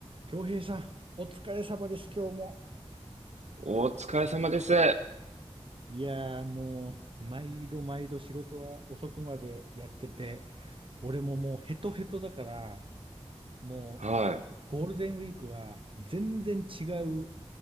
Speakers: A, on the right; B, on the right.
A: 京平さん、お疲れ様です、今日も。
B: お疲れ様です。
A: いやーもう、毎度毎度仕事は遅くまでやってて、俺ももうヘトヘトだから、もうゴールデンウィークは全然違う
B: は